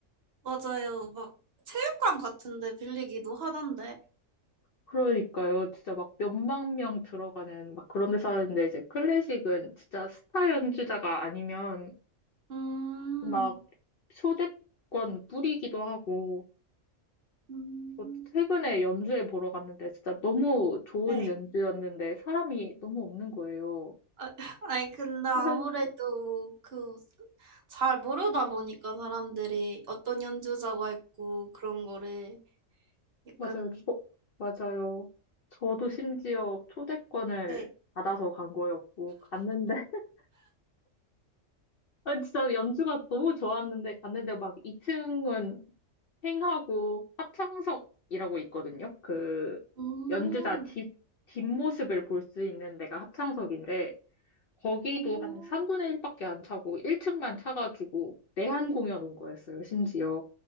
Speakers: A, on the right; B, on the left.
A: 맞아요. 막 체육관 같은데 빌리기도 하던데.
B: 그러니까요. 진짜 막 몇만 명 들어가는 막 그런 데서 하는데 이제 클래식은 진짜 스타 연주자가 아니면
A: 음,
B: 막 초대권 뿌리기도 하고
A: 음,
B: 저 최근에 연주회 보러 갔는데 진짜 너무 좋은
A: 네.
B: 연주였는데 사람이 너무 없는 거예요.
A: 아, <laughs> 아니, 근데 아무래도
B: 그래,
A: 그 잘 모르다 보니까 사람들이 어떤 연주자가 있고 그런 거를 약간,
B: 맞아요. 저, 맞아요. 저도 심지어 초대권을
A: 네.
B: 받아서 간 거였고, 갔는데, <laughs> 아 진짜 연주가 너무 좋았는데, 갔는데 막 2층은 횡하고 합창석이라고 있거든요. 그
A: 음,
B: 연주자 뒷, 뒷모습을 볼 수 있는 데가 합창석인데, 거기도
A: 음.
B: 한 3분의 1밖에 안 차고 1층만 차가지고 내한 공연 온 거였어요, 심지어.